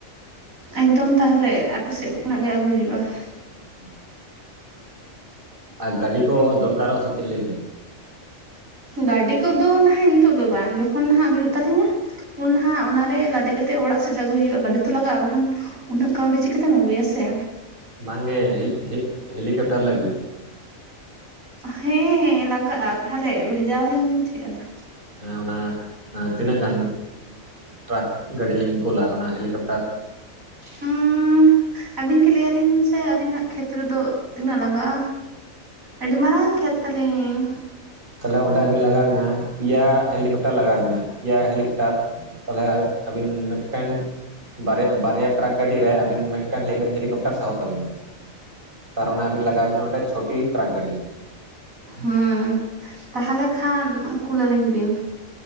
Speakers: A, on the right (about 75°); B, on the right (about 40°).
A: ᱮᱠᱫᱚᱢ ᱛᱟᱦᱞᱮ ᱟᱯᱮ ᱥᱮᱫ ᱠᱷᱚᱱᱟᱜ ᱜᱮ ᱟᱹᱜᱩᱭ ᱦᱩᱭᱩᱜᱼᱟ ᱾
B: ᱦᱩᱸ ᱟᱨ ᱜᱟᱹᱰᱤ ᱠᱚ ᱫᱚᱨᱠᱟᱨᱚᱜᱼᱟ ᱥᱮ ᱪᱮᱫ ᱞᱮᱭ ᱵᱤᱱ?
A: ᱜᱟᱹᱰᱤ ᱠᱚᱫᱚ ᱱᱟᱦᱟᱜ ᱱᱤᱛᱳᱜ ᱫᱚ ᱵᱟᱝ ᱡᱚᱠᱷᱚᱱ ᱱᱟᱦᱟᱜ ᱦᱩᱭᱩᱜ ᱛᱟᱹᱞᱤᱧᱟ ᱼᱼ ᱩᱱ ᱱᱟᱦᱟᱜ ᱚᱱᱟᱨᱮ ᱞᱟᱫᱮ ᱠᱟᱛᱮᱫ ᱚᱲᱟᱜ ᱥᱮᱫ ᱟᱹᱜᱩᱭ ᱦᱩᱭᱩᱜᱼᱟ ᱾ ᱜᱟᱹᱰᱤ ᱛᱚ ᱞᱟᱜᱟᱜᱼᱟ ᱵᱟᱠᱷᱟᱱ ᱼᱼ ᱩᱱᱟᱹᱜ ᱠᱟᱹᱣᱰᱤ ᱪᱤᱠᱟᱹᱛᱮᱢ ᱟᱹᱜᱩᱭᱟ ᱥᱮᱼᱼ
B: ᱵᱟᱝᱜᱮ <unintelligible> ᱦᱮᱞᱤᱠᱮᱯᱴᱟᱨ ᱞᱟᱹᱜᱤᱫᱼᱼ
A: ᱦᱮᱸ ᱦᱮᱸ ᱞᱟᱜᱟᱜᱼᱟ ᱛᱟᱦᱚᱞᱮ ᱵᱷᱮᱡᱟᱣᱟᱞᱤᱧ ᱵᱤᱱ ᱪᱮᱫ ᱟᱫᱚᱼᱼ
B: ᱦᱮᱸ ᱚᱱᱟ ᱛᱤᱱᱟᱹᱜ ᱜᱟᱱ ᱴᱨᱟᱠ <unintelligible> ᱜᱟᱹᱰᱤ ᱞᱤᱧ ᱠᱳᱞᱟ ᱚᱱᱟ ᱦᱮᱞᱤᱠᱯᱴᱟᱨᱼᱼ
A: ᱦᱩᱸᱼᱼ ᱟᱹᱵᱤᱱ ᱜᱮ ᱞᱟᱹᱭ ᱟᱞᱤᱧ ᱵᱤᱱ ᱥᱮ ᱟᱹᱞᱤᱧᱟᱜ ᱠᱷᱮᱛ ᱨᱮᱫᱚ ᱛᱤᱱᱟᱹᱜ ᱞᱟᱜᱟᱜᱼᱟᱼᱼ ᱟᱹᱰᱤ ᱢᱟᱨᱟᱝ ᱠᱷᱮᱛ ᱛᱟᱞᱤᱧ᱾
B: ᱛᱟᱦᱚᱞᱮ ᱚᱸᱰᱮ ᱟᱹᱵᱤᱱ ᱞᱟᱜᱟᱣ ᱵᱤᱱᱟ ᱯᱮᱭᱟ ᱦᱮᱞᱤᱠᱮᱯᱴᱟᱨ ᱞᱟᱜᱟᱣ ᱟᱵᱤᱱᱟ ᱯᱮᱭᱟ ᱦᱮᱞᱤᱠᱮᱯᱴᱟᱨ᱾ ᱛᱟᱦᱞᱮ ᱟᱹᱵᱤᱱ ᱢᱤᱫᱴᱟᱝᱼᱼ <unintelligible> ᱵᱟᱨᱭᱟ ᱴᱨᱟᱠ ᱜᱟᱹᱰᱤ ᱨᱮ ᱟᱹᱵᱤᱱ ᱢᱤᱫᱴᱟᱝ ᱦᱮᱞᱤᱠᱯᱴᱟᱨ ᱥᱟᱦᱚᱵ ᱛᱟᱵᱤᱱᱟ᱾ ᱛᱟᱨᱢᱟᱱᱮ ᱟᱹᱵᱤᱱ ᱞᱟᱜᱟᱣ ᱟᱵᱤᱱᱟ ᱚᱸᱰᱮ ᱪᱷᱚᱴᱤ ᱴᱨᱟᱠ ᱜᱟᱹᱰᱤᱼᱼ
A: ᱦᱮᱸ᱾ ᱛᱟᱦᱚᱞᱮ ᱠᱷᱟᱱ ᱠᱩᱞ ᱟᱹᱞᱤᱧ ᱵᱤᱱᱼᱼ